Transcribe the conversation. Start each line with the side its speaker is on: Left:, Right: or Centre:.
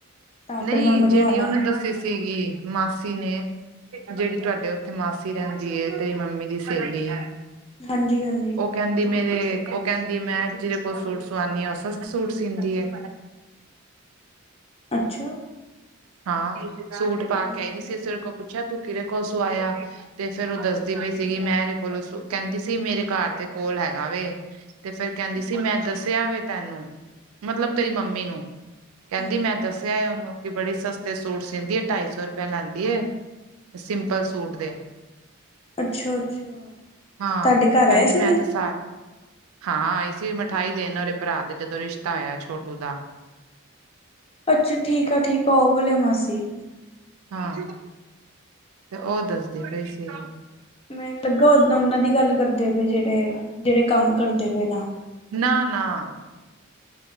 Left: ਤਾਂ
Right: ਨਈ,
Left: ਫਿਰ ਮੈਂ ਬਣਵਾ
Right: ਜਿਹੜੀ
Left: ਲਾ
Right: ਉਹਨੇ ਦੱਸੀ ਸੀ ਗੀ ਮਾਸੀ ਨੇ ਜਿਹੜੀ ਤੁਹਾਡੇ ਉੱਥੇ ਮਾਸੀ ਰਹਿੰਦੀ ਏ, ਤੇਰੀ ਮੰਮੀ ਦੀ ਸਹੇਲੀ
Left: ਹਾਂਜੀ-ਹਾਂਜੀ।
Right: ਉਹ ਕਹਿੰਦੀ ਮੇਰੇ ਉਹ ਕਹਿੰਦੀ, ਮੈਂ ਜਿਹਦੇ ਕੋਲ ਸੂਟ ਸਵਾਉਨੀ ਆ, ਉਹ ਸਸਤੇ ਸੂਟ ਸੀਂਦੀ ਏ,
Left: ਅੱਛਾ
Right: ਹਾਂ। ਸੂਟ
Left: ਮੈਨੂੰ
Right: ਪਾ ਕੇ ਆਈਦੀ
Left: ਨੀ
Right: ਸੀ,
Left: ਪਤਾ
Right: ਅਸੀਂ ਉਹਦੇ ਕੋਲ ਪੁੱਛਿਆ ਤੂੰ ਕਿਹਦੇ ਕੋਲ ਸੁਵਾਇਆ! ਤੇ ਫੇਰ ਓ ਦੱਸਦੀ ਪਈ ਸੀਗੀ, ਮੈਂ ਇਹਦੇ ਕੋਲ ਸੂ ਕਹਿੰਦੀ ਸੀ, ਮੇਰੇ ਘਰ ਦੇ ਕੋਲ ਹੈਗਾ ਵੇ। ਤੇ ਫੇਰ ਕਹਿੰਦੀ
Left: ਹਮ
Right: ਸੀ, ਮੈਂ ਦੱਸਿਆ ਵੇ ਤੈਨੂੰ ਮਤਲਬ ਤੇਰੀ ਮੰਮੀ ਨੂੰ, ਕਹਿੰਦੀ
Left: ਹਮ
Right: ਮੈਂ ਦੱਸ ਦੱਸਿਆ ਉਹਨੂੰ, ਕਿ ਬੜੀ ਸਸਤੇ ਸੂਟ ਸੀਂਦੀ ਏ, ਢਾਈ ਸੌ ਰੁਪਇਆ ਲੈਂਦੀ ਏ ਸਿੰਪਲ ਸੂਟ ਦੇ।
Left: ਅੱਛਾ-ਅੱਛਾ!
Right: ਹਾਂ
Left: ਤੁਹਾਡੇ ਘਰ
Right: ਕਹਿੰਦੀ
Left: ਆਏ ਸੀਗੇ!
Right: ਮੈਂ ਤੇ ਸਾਰ ਹਾਂ, ਆਏ ਸੀ ਮਿਠਾਈ ਦੇਣ, ਓਦੇ ਭਰਾ ਦੇ ਜਦੋਂ ਰਿਸ਼ਤਾ ਹੋਇਆ ਛੋਟੂ ਦਾ।
Left: ਅੱਛਾ, ਠੀਕ ਆ, ਠੀਕ ਆ, ਓ ਵਾਲੇ ਮਾਸੀ!
Right: ਹਾਂ, ਤੇ ਉਹ ਦੱਸਦੀ ਪਈ ਸੀ।
Left: ਮੈਨ ਲੱਗਾ ਓ ਉਹਨਾਂ ਦੀ ਗੱਲ ਕਰਦੇ ਪਏ ਜਿਹੜੇ, ਜਿਹੜੇ ਕੰਮ ਕਰਦੇ ਪਏ ਨਾ
Right: ਨਾ, ਨਾ!